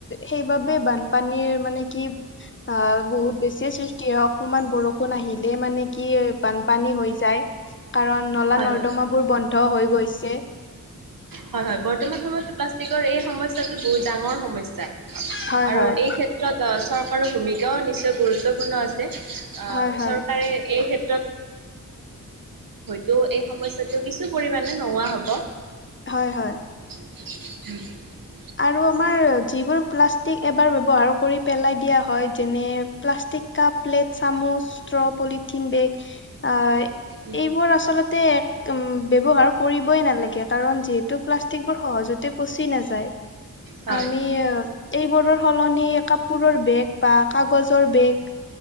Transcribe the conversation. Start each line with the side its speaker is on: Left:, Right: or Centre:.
Left: সেইবাবে বানপানীৰ মানে কি অ বহুত বেছিয়ে সৃষ্টি হয় অকণমান বৰষুণ বৰষুণ আহিলে মানে কি বানপানী হৈ যায় কাৰণ নলা
Right: হয়
Left: নৰ্দমাও
Right: হয়
Left: বোৰ বন্ধ হৈ গৈছে
Right: হয় হয় বৰ্তমান সময়তো প্লাষ্টিকৰ এই সমস্যাটো বহুত ডাঙৰ সমস্যা
Left: হয়
Right: আৰু
Left: হয়
Right: এই ক্ষেত্ৰত চৰকাৰৰ ভূমিকাও নিশ্চয় গুৰুত্বপূৰ্ণ আছে <unintelligible>
Left: হয় হয়
Right: ত' এই সমস্যাটো কিছু পৰিমণে নোহোৱা হ'ব
Left: হয় হয়
Right: উ
Left: আৰু আমাৰ যিবোৰ প্লাষ্টিক এবাৰ ব্যৱহাৰ কৰি পেলাই দিয়া হয় যেনে প্লাষ্টিক কাপ প্লেট চামুচ ষ্ট্ৰ পলিথিন বেগ আহ
Right: উম,
Left: এইবোৰ আচলতে এক উ ব্যৱহাৰ কৰিবই নালাগে কাৰণ যিহেতু প্লাষ্টিক বোৰ সহজতে পচি নাযায়
Right: হয়
Left: আমি এইবোৰৰ সলনি কাপোৰৰ বেগ বা কাগজৰ বেগ